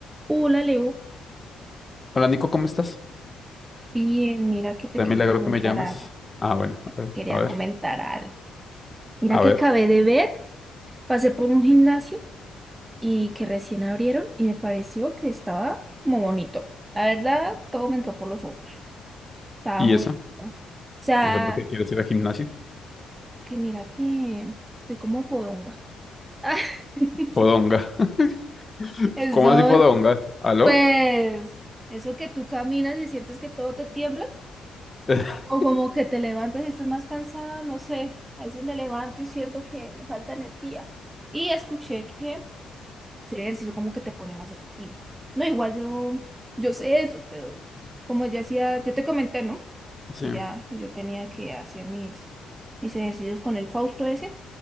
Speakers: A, on the right; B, on the left.
A: Hola Leo,
B: Hola Nico, ¿cómo estás?
A: bien, mira que te
B: De
A: quería
B: milagro
A: comentar
B: que me llamas.
A: algo,
B: Ah, bueno, a ver,
A: quería
B: a ver,
A: comentar algo. Mira
B: a
A: que
B: ver.
A: acabé de ver, pasé por un gimnasio y que recién abrieron y me pareció que estaba como bonito. La verdad, todo me entró por los ojos, estaba
B: ¿Y
A: muy
B: eso?
A: lindo. O sea,
B: ¿Y eso por qué quieres ir al gimnasio?
A: que mira que estoy como fodonga. <laughs>
B: Podonga. <laughs>
A: Eso,
B: ¿Cómo así podonga? ¿Aló?
A: pues, eso que tú caminas y sientes que todo te tiembla.
B: <laughs>
A: O como que te levantas y estás más cansada, no sé. A veces me levanto y siento que me falta energía. Y escuché que el ejercicio como que te pone más activo. No, igual yo, yo sé eso, pero como ya hacía, yo te comenté, ¿no?
B: Sí,
A: Que ya yo tenía que hacer mis, mis ejercicios con el Fausto ese,